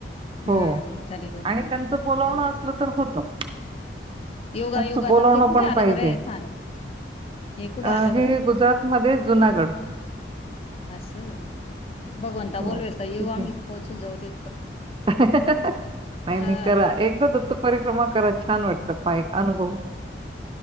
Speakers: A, on the left; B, on the right.
A: हम्म
B: हो
A: खरी गोष्ट
B: आणि
A: आहे
B: त्यांचं बोलावणं असलं तर होतं.
A: योगा
B: त्यांचं
A: योगा आता
B: बोलवण
A: ते कुठे
B: पण
A: आलं
B: पाहिजे
A: बरं हे थान हे कुठे
B: अ
A: आलं
B: हे
A: बरं
B: गुजरातमध्ये जुनागड
A: असं, भगवंता
B: हो,
A: बोलवेल तर येऊ
B: तिथे.
A: आम्ही पोहोचून जाऊ ते
B: नाही नाही
A: हा
B: करा एकदा दत्त परिक्रमा कराच. छान वाटतं पायी एक अनुभव.